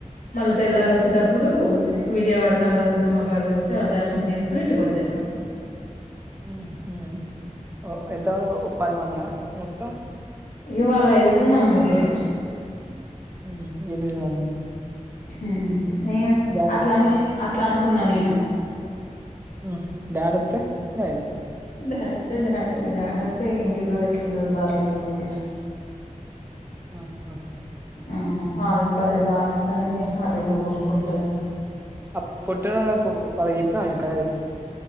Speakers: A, on the left; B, on the right.
A: మళ్ళ తెల్లార్ ఓచ్చేటప్పుడు, విజయవాడ కనకదుర్గమ్మ కాడికి ఓచ్చి, ఆడ దర్శనం జేసుకొని ఇంటికి ఓచ్చేత్తాం.
B: ఉహు ఉమ్, ఓ ఎంత <unintelligible> ఓ పది మంద మొత్తం.
A: ఇగా వాళ్ళు ఐదుగురు, మన ముగ్గురం.
B: ఉమ్ ఎనిమిది మంది
A: హుమ్మ్, నేను
B: డాడ్
A: అట్లనుక్ అట్. ట్లా అనుకున్నా నేను.
B: ఆహుం. డాడ్ ఒత్తే, డాడీ.
A: డాడ్ ఒత్తే డాడి, ఇగ డాడ్ ఒత్తే ఇంటికాడ ఎట్లుంటదో బర్లు. <unintelligible>
B: ఆ ఆ.
A: ఆ పాల్, బర్రె పాలు ఇత్తంది అటు ఇటు పోస్కుంటది.
B: ఆ పుట్టినోళ్లకు, వాళ్ళక్ చెప్పినవ ఈ కాది.